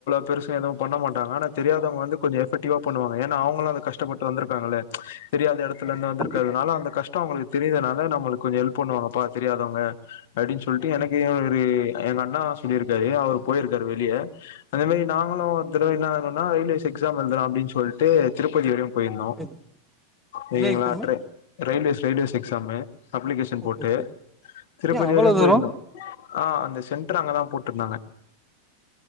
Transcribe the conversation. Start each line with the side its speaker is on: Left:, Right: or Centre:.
Left: பெருசா எதும் பண்ண மாட்டாங்க ஆனா தெரியாதவுங்க வந்து கொஞ்சோ எஃபெக்டிவ பண்ணுவானுங்க ஏன்னா அவுங்களு அந்த கஷ்டப்பட்டு வந்துருக்காங்கள்ளா தெரியாத எடத்துல
Centre: ஆமா
Left: இருந்து வந்துருக்கு
Centre: கண்டிப்பா
Left: அதனால அந்த கஷ்டோ அவுங்களுக்கு தெரியுறனால நம்மளுக்கு கொஞ்சோ கெல்ப் பண்ணுவாங்க பாரு தெரியாதவங்க அப்டின்னு சொல்லிட்டு எனக்கு ஒரு எங்க அண்ணா சொல்லியிருக்காரு அவர் போயிருக்காரு வெளிய அதே மாதிரி நாங்களு ஒரு தடவ என்னா ஆகணும்னா ரயில்வேஸ் எக்ஸா எழுதுறோ அப்டின் சொல்ட்டு திருப்பதி வரையு போயிருந்தோ
Centre: சரி
Left: நீங்களாட்ரு
Centre: என்ன எக்ஸாமு
Left: railways railways exam application
Centre: okay
Left: போட்டு
Centre: ஓகே
Left: திருப்பதி
Centre: ஏ அவ்வளோ
Left: வரையு
Centre: தூரோ
Left: போயிருந்தோ ஆ அந்த சென்டரு அங்கதா போட்டுருந்தாங்க